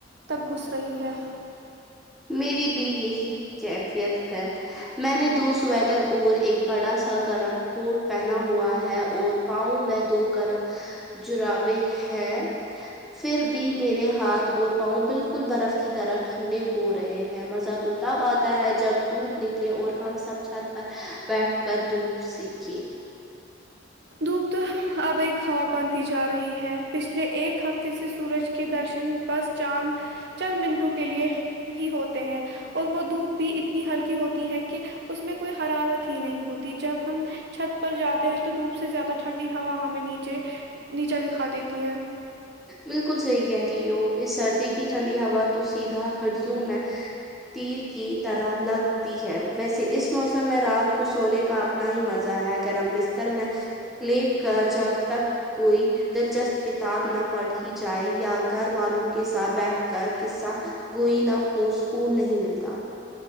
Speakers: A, on the right; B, in the centre.
A: تک گھس رہی ہے
B: میری بھی یہی کیفیت ہے میں نے دو سویٹر اور ایک بڑا سا گرم کوٹ پہنا ہوا ہے اور پاؤں میں دو گرم جراوے ہیں پھر بھی میرے ہاتھ اور پاؤں بالکل برف کی طرح ٹھنڈے ہو ہو رہے ہیں مزہ تو تب آتا ہے جب دھوپ نکلے اور ہم سب چھت پر بیٹھ کر دھوپ سیکی
A: دھوپ اب ایک خاب بنتی جا رہی ہے پچھلے ایک ہفتے سے سورج کے درشن بس چاند چند منٹوں کے لیے ہی ہوتے ہیں اور وہ دھوپ بھی اتنی ہلکی ہوتی ہے کہ اس میں کوئی حرارت ہی نہیں ہوتی جب ہم چھت پر جاتے ہیں تو دھوپ سے زیادہ ٹھنڈی ہوا ہمیں نیچے نیچا دکھا دیتی ہے
B: بالکل صحی کہہ رہی ہو اس سردی کی ٹھنڈی ہوا تو سیدھا ہڈیوں میں تیر کی طرح لگتی ہے ویسے اس موسم میں رات کو سونے کا اپنا ہی مزہ ہے گرم بستر میں لیٹ کر جب تک کوئی دلچسپ کتاب نہ پڑھی جائے یا گھر والوں کے ساتھ بیٹھ کر قصہ کوئی نہ وہ سکون نہیں ملتا